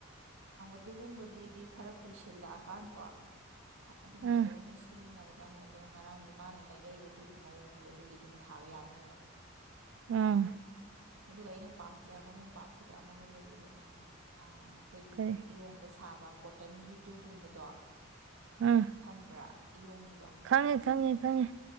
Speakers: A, on the right (about 80°); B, on the right (about 60°).
A: ꯑꯗꯨꯒꯨꯝꯕꯗꯨꯗꯤ ꯈꯔ ꯀꯨꯏꯁꯜꯂꯛꯑꯀꯥꯟꯀꯣ ꯑꯗꯨꯝꯕꯗꯣ
B: ꯑꯥ
A: ꯑꯣꯏꯅ ꯁꯤ ꯒꯗꯕꯅꯦ ꯑꯗꯣ ꯉꯔꯥꯡꯒꯤ ꯃꯥꯅ ꯂꯩꯔꯛꯏꯕꯗꯨꯒꯤ ꯃꯑꯣꯡꯗꯣ ꯑꯗꯨꯗꯤ ꯑꯗꯨꯝ ꯊꯥꯕ ꯌꯥꯅꯦꯕ
B: ꯑꯥ
A: ꯑꯗꯨꯒ ꯑꯩꯅ ꯄꯥꯝꯖꯕ ꯃꯣꯝꯄꯥꯛ ꯐꯤꯗꯛ ꯑꯃꯒ ꯂꯩꯌꯦ ꯔꯥꯕꯤꯅ ꯑꯥ ꯑꯈꯣꯏꯒꯤ
B: ꯀꯔꯤ
A: ꯏꯌꯣꯡꯗ ꯁꯥꯕ ꯀꯣꯇꯟꯒꯤꯗꯨꯒꯨꯝꯕꯗꯣ
B: ꯎꯝ
A: ꯈꯪꯕ꯭ꯔꯥ ꯏꯌꯣꯡꯒꯤꯗꯣ
B: ꯈꯪꯉꯦ ꯈꯪꯉꯦ ꯈꯪꯉꯦ